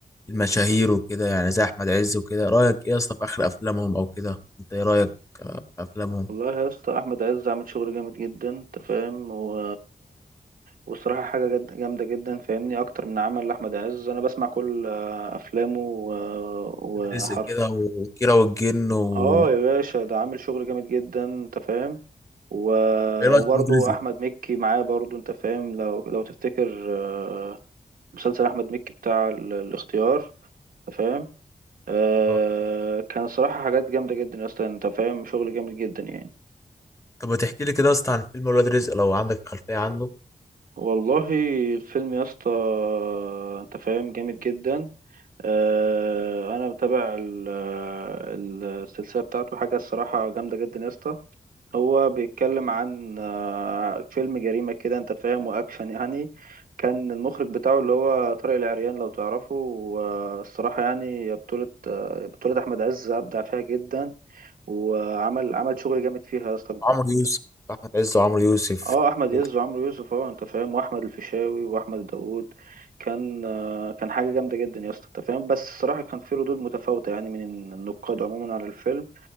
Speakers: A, on the left (about 20°); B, on the right (about 85°).
A: المشاهير وكده يعني زي احمد عز وكده رايك ايه يا اسطى في اخر افلامهم او كده انت ايه رايك في افلامهم
B: والله يا اسطى احمد عز عامل شغل جامد جدا انت فاهم و والصراحة حاجة جد جامدة جدا فاهمني أكتر من عمل لأحمد عز أنا بسمع كل آه، أفلامه و- وحرفيا
A: رزق كده وكيرة والجن و
B: اه يا باشا ده عامل شغل جامد جدا انت فاهم و...
A: ايه رايك
B: وبرضه
A: في ولاد رزق
B: احمد مكي معاه برضه انت فاهم لو لو تفتكر آه، مسلسل احمد مكي بتاع ال- الاختيار انت فاهم آه،
A: آه.
B: كان صراحة حاجات جامدة جدا يا اسطى انت فاهم شغل جامد جدا يعني
A: طب ما تحكي لي كده يا اسطى عن فيلم ولاد رزق لو عندك خلفيه عنه
B: والله الفيلم يا اسطى انت فاهم جامد جدا آه، انا متابع ال- آه، السلسلة بتاعته حاجة الصراحة جامدة جدا يا اسطى هو بيتكلم عن آه، فيلم جريمة كده انت فاهم واكشن يعني كان المخرج بتاعه اللي هو طارق العريان لو تعرفه والصراحة يعني بطولة آه، بطولة أحمد عز أبدع فيها جدا وعمل عمل شغل جامد فيها يا اسطى بجد
A: عمرو
B: انت
A: يوسف احمد عز وعمرو يوسف
B: اه احمد
A: كده
B: عز وعمرو يوسف اه انت فاهم واحمد الفيشاوي واحمد داوود كان آه، كان حاجه جامده جدا يا اسطى انت فاهم بس الصراحه كان في ردود متفاوته يعني من النقاد عموما على الفيلم